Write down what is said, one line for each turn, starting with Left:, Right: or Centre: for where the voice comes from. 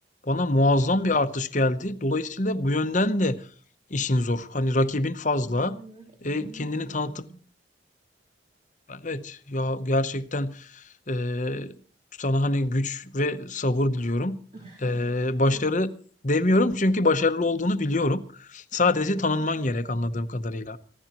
Left: Bana muazzam bir artış geldi. Dolayısıyla bu yönden de işin zor. Hani rakibin fazla.
Right: Aynen öyle. inanılmaz
Left: E, kendini
Right: fazla.
Left: tanıtıp Evet ya gerçekten eee, sana hani güç ve sabır diliyorum.
Right: <laughs>
Left: Eee,
Right: Teşekkür
Left: başarı
Right: ederim.
Left: demiyorum çünkü başarılı olduğunu biliyorum. Sadece
Right: Ya,
Left: tanınman
Right: Teşekkür
Left: gerek
Right: ederim.
Left: anladığım kadarıyla.